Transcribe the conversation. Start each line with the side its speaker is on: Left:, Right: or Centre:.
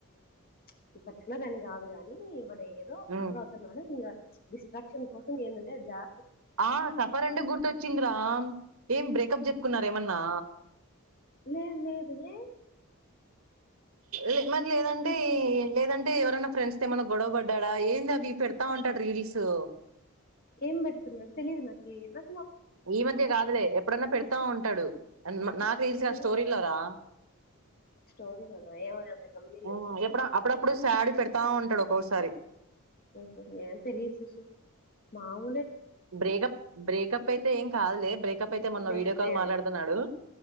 Left: ప్చ్ ఇ పర్టికులర్ అని కాదు కాగాని మరేదో
Right: ఉమ్.
Left: సఫరవుతున్నాడు ఇంకా ప్చ్ డిస్ట్రాక్ట్ పింఛన్ కోసం ఏదంటే జ
Right: ఆ సఫర్ అంటే గుర్తొచ్చింది రామ్ ఏం బ్రేకప్ చెప్పుకున్నార ఏమన్నా?
Left: లెద్ లెదు ఏ?
Right: లె మరి లేదంటే ఏం లేదంటే ఎవరన్నా ఫ్రెండ్స్ తో ఏమన్నా గొడవ పడ్డడా ఏందవి పెడాత తాంటాడు రిల్సు
Left: ఏం బెడుతున్నాడు తెలిదు నాకి నా
Right: ఈ మధ్య కాదులే ఎప్పుడన్నా పెడతా ఉంటాడు. అన్ మ నాకు తెల్సి
Left: హ్మ్
Right: స్టోరీలో రా
Left: స్టోరీలోనా ఏమో అంత గమనీయలేదు
Right: ఓ
Left: శశి
Right: ఎప్పుడ అప్పుడప్పుడు సెడ్ పెడతా ఉంటాడు. ఓసారి
Left: ఓహో ఏం తెలిదు శశి మావ్
Right: బ్రేకప్ బ్రేకప్ అయితే ఏం కాదులే బ్రేకప్ అయితే మొన్న
Left: లేదు
Right: వీడియో కాల్
Left: లేదులే
Right: మాట్లాడ్తున్నాడు.